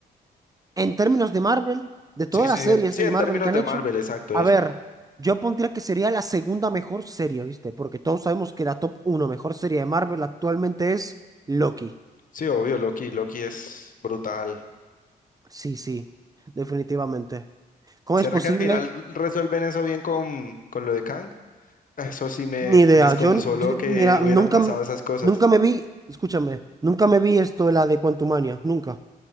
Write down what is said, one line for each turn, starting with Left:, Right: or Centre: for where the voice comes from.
Right: En términos de Marvel, de todas
Left: sí, sí,
Right: las series
Left: en, sí,
Right: de
Left: en
Right: Marvel
Left: términos
Right: que han
Left: de
Right: hecho,
Left: Marvel, exacto,
Right: a
Left: eso.
Right: ver, yo pondría que sería la segunda mejor serie, ¿viste? Porque todos sabemos que la top uno mejor serie de Marvel actualmente es Loki.
Left: Sí, obvio, Loki, Loki es brutal.
Right: Sí, sí, definitivamente. ¿Cómo
Left: ¿Será
Right: es posible?
Left: que al final resuelven eso bien con, con lo de Kang? Ah, Eso sí me,
Right: Ni idea.
Left: me desconsoló
Right: Yo, n- yo-
Left: que
Right: mira,
Left: hubieran
Right: nunca,
Left: pasado
Right: m-
Left: esas cosas.
Right: nunca me vi, escúchame, nunca me vi esto, la de Quantumania, nunca.